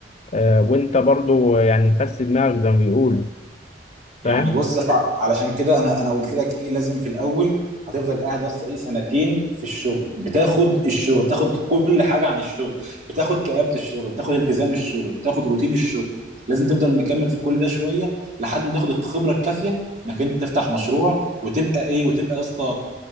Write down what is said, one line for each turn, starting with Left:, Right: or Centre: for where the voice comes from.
Left: آه، وانت برضو يعني فس دماغك زي ما بيقولوا
Right: يعني
Left: فاهم
Right: بص يا اسطى علشان كده انا انا قلت لك ايه لازم في الاول هتفضل قاعد يا اسطى ايه سنتين في الشغل بتاخد الشغل بتاخد كل حاجه عن الشغل بتاخد كآبة الشغل بتاخد التزام الشغل بتاخد روتين الشغل لازم تفضل مكمل في كل ده شويه لحد ما تاخد الخبره الكافيه انك انت تفتح مشروع وتبقى ايه وتبقى يا اسطى